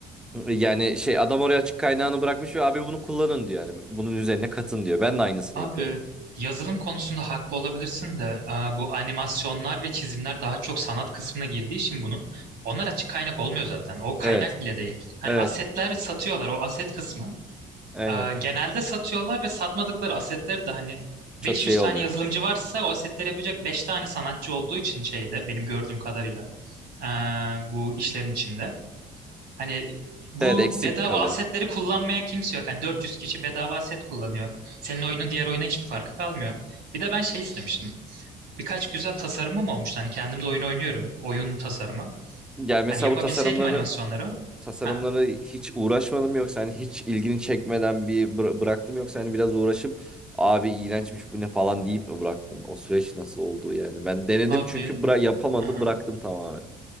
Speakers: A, in the centre; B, on the right (about 70°).
A: yani şey adam oraya açık kaynağını bırakmış ve abi bunu kullanın diyor yani. Bunun üzerine katın diyor. Ben de aynısını
B: Abi
A: yapıyorum.
B: yazılım konusunda haklı olabilirsin de e, bu animasyonlar ve çizimler daha çok sanat kısmına girdiği için bunun onlar açık kaynak olmuyor zaten. O kaynak
A: Evet.
B: bile değil. Hani
A: Evet.
B: asetler satıyorlar o aset kısmı.
A: Aynen.
B: E, Genelde satıyorlar ve satmadıkları asetleri de hani
A: Çok
B: 500
A: şey
B: tane
A: olmuyor.
B: yazılımcı varsa o asetleri yapacak 5 tane sanatçı olduğu için şeyde benim gördüğüm kadarıyla e, bu işlerin içinde. Hani bu
A: Evet eksik
B: bedava
A: kalıyor.
B: asetleri kullanmayan kimse yok. Hani 400 kişi bedava aset kullanıyor. Senin oyunun diğer oyuna hiçbir farkı kalmıyor. Bir de ben şey istemiştim. Birkaç güzel tasarımım olmuştu. Hani kendim de oyun oynuyorum. Oyun tasarımı.
A: Yani mesela
B: Hani yapabilseydim
A: bu tasarımları
B: animasyonları.
A: tasarımları
B: Ha
A: hiç uğraşmadım yoksa hani hiç ilgini çekmeden bir bıra- bıraktım yoksa hani biraz uğraşıp abi iğrençmiş bu ne falan deyip mi bıraktın? O süreç nasıl oldu yani? Ben denedim
B: abi.
A: çünkü bıra yapamadım
B: Aha.
A: bıraktım tamamen.